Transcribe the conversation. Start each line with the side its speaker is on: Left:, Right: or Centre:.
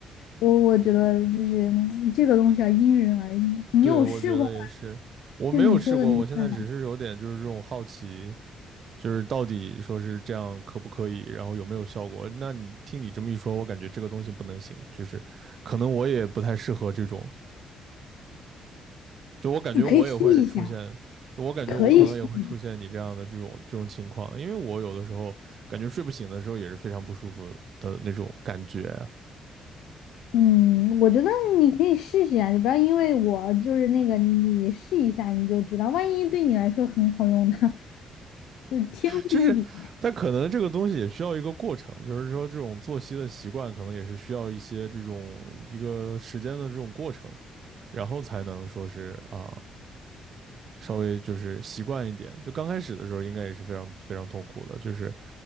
Left: 我我觉得就是嗯这个东西要因人而异。你有试过吗？
Right: 对，我觉得也是，我没有试过，
Left: 就是你说的那个办法，
Right: 我现在只是有点就是这种好奇，就是到底说是这样可不可以，然后有没有效果？那你听你这么一说，我感觉这个东西不能行，就是可能我也不太适合这种，就我感觉我也会出现。
Left: 你可以试一下，
Right: 就我感觉，
Left: 可以试一下。
Right: 我可能也会出现你这样的这种这种情况，因为我有的时候感觉睡不醒的时候也是非常不舒服的那种感觉啊，
Left: 嗯，我觉得你可以试试啊，就不要因为我就是那个，你试一下你就知道，万一对你来说很好用呢，<laughs> 就是天赋异禀。
Right: 就是但可能这个东西也需要一个过程，就是说这种作息的习惯可能也是需要一些这种一个时间的这种过程，然后才能说是啊稍微就是习惯一点。就刚开始的时候应该也是非常非常痛苦的，就是